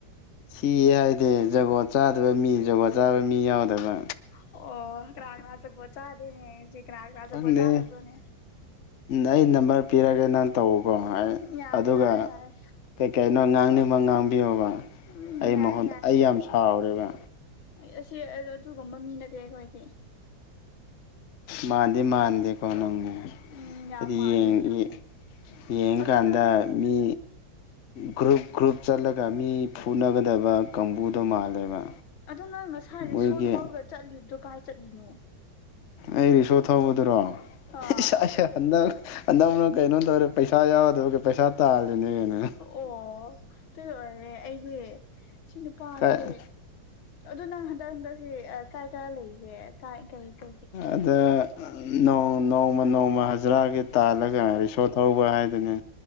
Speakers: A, on the left; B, on the left.
A: ꯊꯤ ꯍꯥꯏꯗꯤ ꯖꯨꯒꯣꯠ ꯆꯥꯗꯕ ꯃꯤ ꯖꯨꯒꯣꯠ ꯆꯥꯕ ꯃꯤ ꯌꯥꯎꯗꯕ
B: ꯑꯣ ꯀꯅꯥ ꯀꯅꯥ ꯆꯛꯄꯣꯠ ꯆꯥꯗꯦ <unintelligible> ꯀꯅꯥ ꯀꯅꯥ ꯖꯨꯒꯣꯠ
A: ꯈꯪꯗꯦ
B: ꯆꯥꯗꯕ꯭ꯔꯣꯅꯦ
A: ꯑꯩ ꯅꯝꯕꯔ ꯄꯤꯔꯒꯦ ꯅꯪ ꯇꯧꯕꯀꯣ
B: ꯌꯥꯔꯦ
A: ꯑꯗꯨꯒ
B: ꯌꯥꯔꯦ ꯌꯥꯔꯦ
A: ꯀꯩ ꯀꯅꯣ ꯉꯥꯡꯅꯤꯡꯕ ꯉꯥꯡꯕꯤꯌꯣꯕ
B: ꯎꯝ
A: ꯑꯩ
B: ꯌꯥꯔꯦ
A: ꯃꯍꯨꯠ ꯑꯩ ꯌꯥꯝ ꯁꯥꯎꯔꯦꯕ
B: ꯑꯩ ꯑꯁꯤ ꯑꯗꯨꯒꯨꯝꯕ ꯃꯤ ꯅꯠꯇꯦ ꯑꯩꯈꯣꯏꯗꯤ
A: ꯃꯥꯟꯗꯤ ꯃꯥꯥꯟꯗꯦꯀꯣ ꯅꯪꯅꯦ
B: ꯎꯝ ꯌꯥꯝ
A: ꯍꯥꯏꯗꯤ
B: ꯃꯥꯜꯂꯦ
A: ꯌꯦꯡ ꯌꯦꯡ ꯌꯦꯡꯀꯥꯟꯗ
B: ꯑꯗꯨ ꯅꯪ
A: ꯃꯤ ꯒ꯭ꯔꯨꯞ ꯒ꯭ꯔꯨꯞ ꯆꯠꯂꯒ ꯃꯤ ꯐꯨꯅꯒꯗꯕ ꯀꯥꯡꯕꯨꯗꯣ ꯃꯥꯜꯂꯦꯕ
B: ꯑꯗꯣ ꯅꯪ ꯉꯁꯥꯏ ꯔꯤꯛꯁꯣ
A: ꯃꯣꯏꯒꯤ
B: ꯊꯧꯔꯒ ꯆꯠꯂꯤꯕꯗꯨ ꯀꯥꯏ ꯆꯠꯂꯤꯅꯣ
A: ꯑꯩ ꯔꯤꯛꯁꯣ ꯊꯧꯕꯗꯨꯔꯣ
B: ꯑꯥ
A: ꯏꯁ ꯑꯩꯁꯦ ꯍꯟꯗꯛ ꯍꯟꯗꯛꯅ ꯀꯩꯅꯣ ꯇꯧꯔꯦ ꯄꯩꯁꯥ ꯌꯥꯎꯗꯕꯒꯤ ꯄꯩꯁꯥ ꯇꯥꯜꯂꯤꯅꯦꯅ
B: ꯑꯣ ꯇꯨꯅ ꯑꯣꯏꯔꯦ ꯑꯩꯗꯤ ꯁꯤ ꯅꯨꯄꯥꯁꯤ
A: ꯀꯩꯅꯣ
B: ꯑꯗꯣ ꯅꯪ ꯍꯟꯗꯛ ꯍꯟꯗꯛꯁꯤ ꯀꯥꯏ ꯀꯥꯏ ꯂꯩꯒꯦ ꯀꯥꯏ ꯀꯔꯤ ꯀ
A: ꯑꯗ ꯅꯣꯡꯃ ꯅꯣꯡꯃ ꯅꯣꯡꯃ ꯍꯖꯔꯥꯒꯤ ꯇꯥꯜꯂꯒ ꯔꯤꯁꯣꯠ ꯍꯧꯕ ꯍꯥꯏꯗꯨꯅꯤ